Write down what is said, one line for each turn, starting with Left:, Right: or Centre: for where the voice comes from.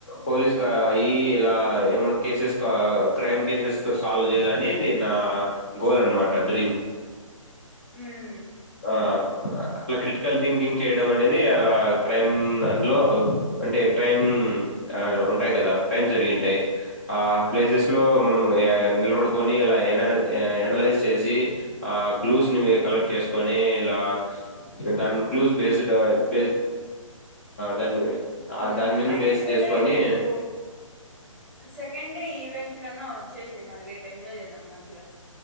Left: పోలీస్ ఇలా ఏమ కేసెస్ క్రైమ్ కేసెస్ సాల్వ్ చేయాల అనేది నా గోల్ అన్నమాట డ్రీమ్
Centre: హ్మ్మ్
Left: ఆ అట్లా క్రిటికల్ థింకింగ్ చేయడం అనేది అలా క్రైమ్ అంట్లో అంటే క్రైమ్ ఉంటాయి కదా క్రైమ్ జరిగింటాయి ఆ ప్లేసెస్ లో మనము నిలబనిలా ఎనైజ్ చే ఆ క్లూస్ ని కలెక్ట్ చేసు పనే ఇలా దాని క్లూస్ బేస్డ్ బేస్ దాన్ని
Centre: హ
Left: దాని మీద
Centre: అయితే
Left: బేస్
Centre: సరే
Left: చేసుకొని
Centre: రేపు సెకండ్ డే ఈవెంట్ కన్నా వచ్చేసి మరి రేపు ఎంజాయ్ చేద్దాం మంచిగా